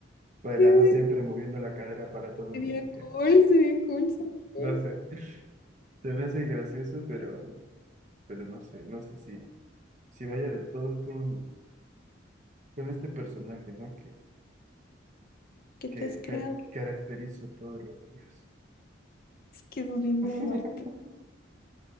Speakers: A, on the right; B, on the left.
A: bailando
B: Ay,
A: siempre, moviendo la cadera para todo
B: Sería
A: y como que,
B: cool, sería cool, sería cool.
A: no sé, se me hace gracioso, pero, pero no sé, no sé si, si vaya del todo con, con este personaje, ¿no? Que,
B: ¿Qué
A: que,
B: te has creado?
A: ca- caracterizo todos los días.
B: Es que sos bien
A: <laughs>
B: dramático.